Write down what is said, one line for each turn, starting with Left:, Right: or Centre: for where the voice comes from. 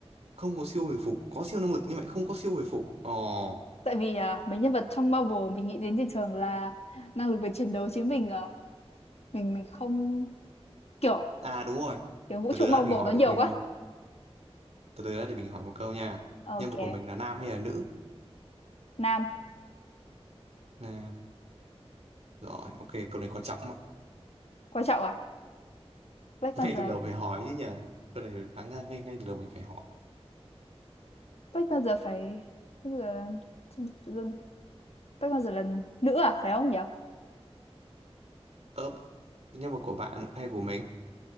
Right: không có siêu hồi phục có siêu năng lực nhưng mà không có siêu hồi phục ồ
Left: tại vì à, mấy nhân vật trong Marvel mình nghĩ đến thì thường là năng lực về chiến đấu chứ mình à, mình mình không kiểu
Right: à đúng rồi
Left: kiểu vũ
Right: từ
Left: trụ
Right: từ
Left: Marvel
Right: đã mình hỏi
Left: nó nhiều
Right: mình
Left: quá
Right: từ từ đã để mình hỏi một câu nha
Left: ok
Right: nhân vật của mình là nam hay là nữ
Left: nam
Right: nam rồi ok câu này quan trọng ạ.
Left: quan trọng à
Right: <laughs>
Left: Black Panther
Right: ngay từ đầu phải hỏi chứ nhỉ câu này đáng ra ngay ngay từ đầu mình phải hỏi
Left: Black Panther phải bây giờ tự dưng Black Panther là nữ à phải không nhỉ
Right: ớp nhân vật của bạn hay của mình